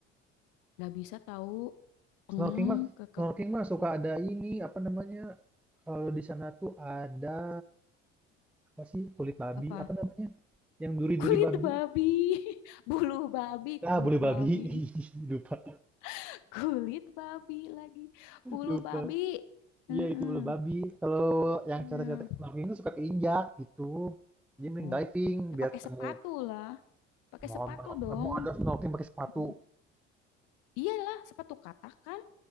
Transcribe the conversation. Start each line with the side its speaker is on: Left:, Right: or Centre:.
Left: Nggak bisa tahu peng
Centre: Snorkeling mah
Left: ke,
Centre: snorkeling
Left: ke
Centre: mah suka ada ini apa namanya? Kalau di sana tuh ada apa sih kulit babi
Left: apa
Centre: apa namanya? Yang duri-duri
Left: kulit
Centre: babi.
Left: babi, <laughs> bulu babi,
Centre: Ah,
Left: kulit
Centre: boleh babi.
Left: babi,
Centre: <laughs> Lupa.
Left: <laughs> kulit babi lagi, bulu
Centre: Lupa.
Left: babi. Heeh.
Centre: Iya itu bulu babi. Kalau yang
Left: Ya.
Centre: cetek-cetek snorkeling itu suka keinjak gitu. Jadi mending
Left: Oh,
Centre: diving
Left: ya
Centre: biar
Left: pakai
Centre: ketemu
Left: sepatu lah, pakai
Centre: mau
Left: sepatu
Centre: mau-
Left: dong.
Centre: mau ada snorkeling pakai sepatu.
Left: Mm. Iyalah, sepatu katakan